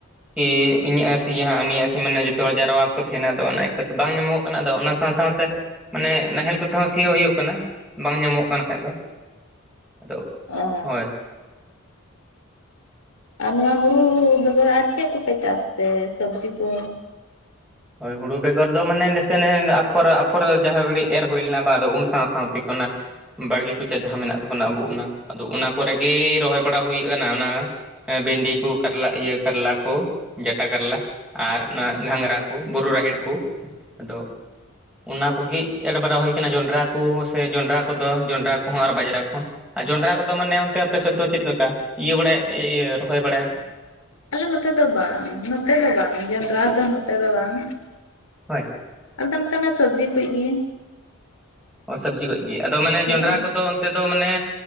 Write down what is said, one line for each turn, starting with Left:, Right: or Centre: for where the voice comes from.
Centre: ᱠᱤ ᱤᱧᱟᱹᱜ ᱮ ᱥᱤᱭᱟ ᱦᱟᱸᱜ ᱦᱟᱹᱱᱤᱭᱟ ᱦᱟᱸ ᱱᱤᱭᱟᱜ ᱮ ᱥᱤ ᱭᱟ ᱢᱟᱱᱮ ᱡᱚᱛᱚᱦᱚ ᱡᱟᱨᱣᱟ ᱠᱚ ᱛᱮᱦᱮᱱᱟ ᱚᱱᱟ ᱟᱹᱭᱠᱟᱹᱛᱮ ᱵᱟᱝ ᱧᱟᱢᱚᱼᱼ ᱠᱟᱱᱟ ᱫᱚ ᱚᱱᱟ ᱥᱟᱸᱶ ᱥᱟᱸᱶᱛᱮ ᱢᱟᱱᱮ ᱱᱟᱦᱮᱞ ᱠᱚᱛᱮ ᱦᱚᱸ ᱥᱤᱭᱳᱜ ᱦᱩᱭᱩᱜ ᱠᱟᱱᱟ᱾ ᱵᱟᱝ ᱧᱟᱢᱚᱜ ᱠᱟᱱ ᱠᱷᱟᱡᱫᱚ ᱟᱫᱚ
Left: ᱚ
Centre: ᱦᱳᱭ᱾
Left: ᱟᱨ ᱱᱚᱣᱟ ᱦᱩᱲᱩ ᱵᱮᱜᱚᱨ ᱟᱨ ᱪᱮᱜ ᱠᱚᱯᱮ ᱪᱟᱥ ᱛᱮ ᱥᱚᱵᱽᱡᱤ ᱠᱚ?
Centre: ᱦᱳᱭ ᱦᱩᱲᱩ ᱵᱮᱜᱚᱨ ᱫᱚ ᱢᱟᱱᱮ ᱱᱮᱥᱮᱱᱮᱧ ᱟᱯᱷᱚᱨ ᱟᱯᱷᱚᱨ ᱡᱟᱦᱟᱸ ᱜᱷᱟᱹᱲᱤᱡ ᱮᱨ ᱦᱩᱭ ᱞᱮᱱᱟ ᱵᱟᱝᱫᱚ ᱩᱱ ᱥᱟᱸᱶ ᱥᱟᱸᱶᱛᱮᱠ ᱳᱱᱟ ᱵᱟᱲᱜᱮ ᱠᱚᱪᱟ ᱡᱟᱦᱟᱸ ᱢᱮᱱᱟᱜ ᱛᱟᱵᱚᱱᱟ ᱟᱵᱩ ᱚᱱᱟ ᱟᱫᱚ ᱚᱱᱟ ᱠᱚᱨᱮᱜᱮ ᱨᱚᱦᱚᱭ ᱵᱟᱲᱟ ᱦᱩᱭ ᱟᱠᱟᱱᱟ ᱚᱱᱟᱼᱼ ᱵᱷᱤᱱᱰᱤ ᱠᱩ ᱠᱟᱨᱞᱟ ᱤᱭᱟᱹ ᱠᱟᱨᱞᱟ ᱠᱩ ᱡᱟᱴᱟ ᱠᱟᱨᱞᱟ ᱟᱨ ᱚᱱᱟ ᱜᱷᱟᱸᱝᱨᱟᱼᱼ ᱠᱩ ᱵᱩᱨᱩ ᱨᱟᱦᱮᱲ ᱠᱩ ᱟᱫᱚ ᱚᱱᱟ ᱠᱩᱜᱤ ᱮᱲ ᱵᱟᱨᱟ ᱦᱩᱭ ᱟᱠᱟᱱᱟ ᱡᱚᱸᱰᱨᱟ ᱠᱩ ᱥᱮ ᱡᱚᱱᱰᱨᱟ ᱠᱚᱫᱚ ᱡᱚᱸᱰᱨᱟ ᱠᱚᱦᱚᱸ ᱟᱨ ᱵᱟᱡᱨᱟ ᱠᱚᱦᱚᱸᱼᱼ ᱟᱨ ᱡᱚᱸᱰᱨᱟ ᱠᱚᱫᱚ ᱢᱟᱱᱮ ᱚᱱᱛᱮ ᱟᱯᱮ ᱥᱮᱫ ᱫᱚ ᱪᱮᱫ ᱞᱮᱠᱟ ᱤᱭᱟᱹ ᱵᱟᱲᱟᱭ ᱤᱭᱟᱹ ᱨᱚᱦᱚᱭ ᱵᱟᱲᱟᱭᱼᱼ
Left: ᱟᱞᱮ ᱱᱚᱛᱮ ᱫᱚ ᱵᱟᱝ ᱱᱚᱛᱮ ᱫᱚ ᱵᱟᱝ ᱡᱚᱸᱰᱨᱟ ᱫᱚ ᱱᱚᱛᱮ ᱫᱚ ᱵᱟᱝ
Centre: ᱦᱚᱭ
Left: ᱟᱞᱮᱫᱚ ᱱᱚᱛᱮᱱᱟ ᱥᱚᱵᱽᱡᱤ ᱠᱩᱭᱤᱡ ᱜᱤ᱾
Centre: ᱳ ᱥᱟᱹᱵᱽᱡᱤ ᱠᱩᱡ ᱜᱤ ᱟᱫᱚ ᱢᱟᱱᱮ
Left: ᱦᱮᱸ
Centre: ᱡᱚᱸᱰᱨᱟ ᱠᱚᱫᱚ ᱚᱱᱛᱮᱼᱼ ᱫᱚ ᱢᱟᱱᱮ